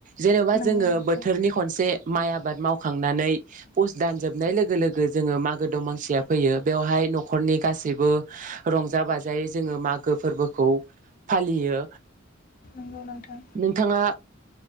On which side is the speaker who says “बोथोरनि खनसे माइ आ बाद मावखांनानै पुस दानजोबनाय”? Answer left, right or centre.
Right